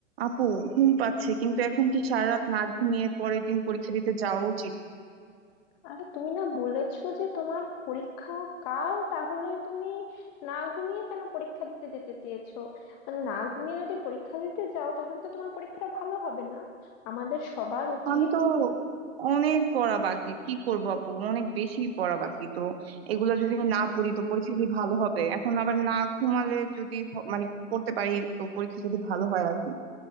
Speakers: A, on the right (about 50°); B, on the left (about 30°).
A: আপু ঘুম পাচ্ছে কিন্তু এখন কি সারা রাত না ঘুমিয়ে পরের দিন পরীক্ষা দিতে যাওয়া উচিত
B: আরে তুমি না বলেছো যে তোমার পরীক্ষা কাল তাহলে তুমি না ঘুমিয়ে কেন পরীক্ষা দিতে যেতে চেয়েছো মানে না ঘুমিয়ে যদি পরীক্ষা দিতে যাও তাহলে তো তোমার পরীক্ষাটা ভালো হবে না আমাদের সবার উচিত
A: আমি তো অনেক পড়া বাকি কি করব আপু অনেক বেশি পড়া বাকি তো এগুলো যদি না পড়ি তো পরীক্ষা কি ভালো হবে এখন আবার না ঘুমালে যদি হ- মানে পড়তে পারি তো পরীক্ষা যদি ভালো হয় আর কি